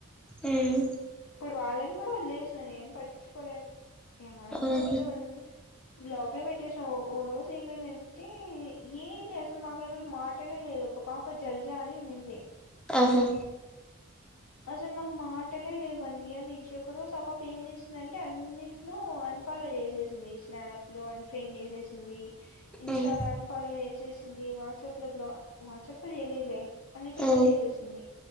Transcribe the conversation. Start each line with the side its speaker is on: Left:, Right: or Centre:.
Centre: మ్మ్
Left: పడ్వాలన్ కుడ ఒద్లేష్ననే పట్ చుకోలేర్ <unintelligible>
Centre: ఆహా
Left: బ్లాక్ లొ పెట్టేసిన ఓ రోజు ఏమైందంటే ఏంలె అసల్ మాక్ అసల్ మాటలే లేదు ఒక పాప జల్జా అని ఉన్నింది
Centre: ఆహా
Left: అసల్ మాక్ మాటలే లే వన్ ఇయర్ నుంచి ఒకరోజ్ ఆ పాప ఏం చేసి అంటే అన్నిట్లో అన్ఫాలొ చేసేసింది స్నాప్ లో అన్ఫ్రెండ్ చేసేసింది ఇన్స్టాల
Centre: మ్మ్
Left: అన్ఫాలొ చేస్ చేసింది వాట్సప్ లో బ్లా వాట్సాప్ లో చేయలేలె అన్ని చోట్ల
Centre: ఆ
Left: చేసేసింది